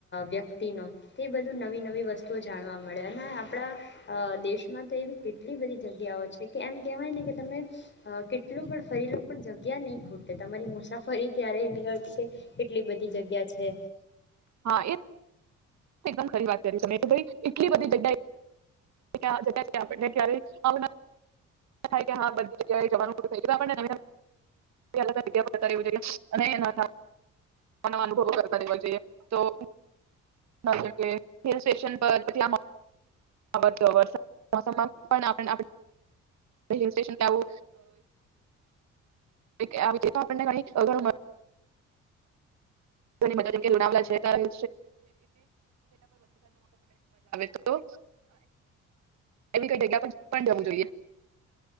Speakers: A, on the left (about 35°); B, on the right (about 65°).
A: વ્યક્તિનો, તે એ બધું નવી નવી વસ્તુઓ જાણવા મળે અને આપણા અ દેશમાં તો એવી કેટ ટલી બધી જગ્યાઓ છે કે એમ કહેવાય ને કે તમે કેટલો પણ ફરી લો પણ જગ્યા નઈ ખૂટે, તમારી મુસાફરી ક્યારેય નીકળતી કે એટલી બધી જગ્યા છે
B: હા એ એકદમ ખરી વાત કરી તમે કે ભઈ એટલી બધી જગ્યા ક્યા જગ્યા <unintelligible> થાય કે હા બધી જગ્યાએ જવાનું થઈ ગ્યુ, આપણને નવી નવી. <unintelligible> જતા રેવુ જોઈએ અને એના <unintelligible> અનુભવો કરતા રેવા જોઈએ તો <unintelligible> હિલ સ્ટેશન પર પછી આ <unintelligible> મોસમ મા પણ આપ <unintelligible> કે આવુ <unintelligible> આપણને <unintelligible> <unintelligible> જેમ કે લોનાવલા છે <unintelligible> આવે તો <unintelligible> પર પણ જવું જોઈએ